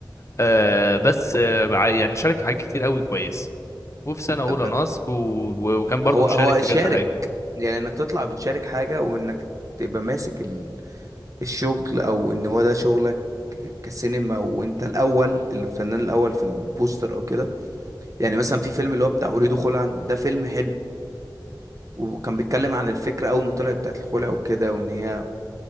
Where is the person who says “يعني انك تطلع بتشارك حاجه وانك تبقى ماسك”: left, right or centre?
Right